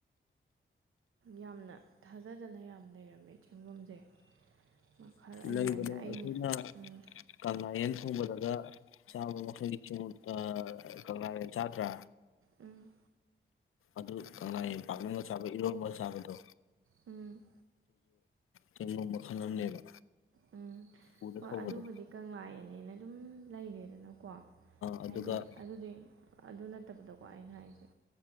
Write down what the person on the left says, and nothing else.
ꯂꯩꯕꯅꯦ
ꯑꯩꯈꯣꯏꯅ
ꯀꯪꯂꯅꯥꯌꯦꯟ ꯍꯣꯡꯕꯗꯒ ꯆꯥ ꯃꯁ ꯏꯠꯇ ꯀꯪꯂꯥꯗ ꯆꯥꯗ꯭ꯔꯥ
ꯑꯗꯨ ꯀꯪꯂꯥ ꯌꯥꯝꯄꯥꯛꯥꯛꯅꯒ ꯆꯕ ꯏꯔꯣꯟꯕ ꯆꯥꯕꯗꯣ
ꯀꯩꯅꯣ ꯃꯈꯜ ꯑꯃꯅꯦꯕ
ꯎꯗ
ꯍꯧꯕꯗꯣ
ꯑꯗꯨꯒ